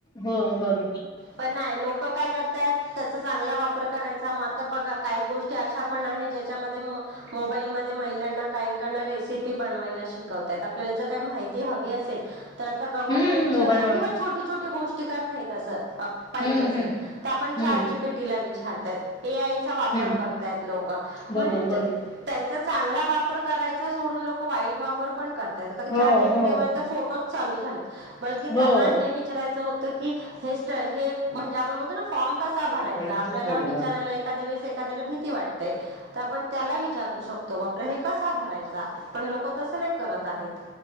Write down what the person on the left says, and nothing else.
हो बरो
हम्म मोबाईल
मुळं
हम्म
हम्म.
हम्म
हम्म
बरोबर
बरोबर
हो
हो
हो.
हम्म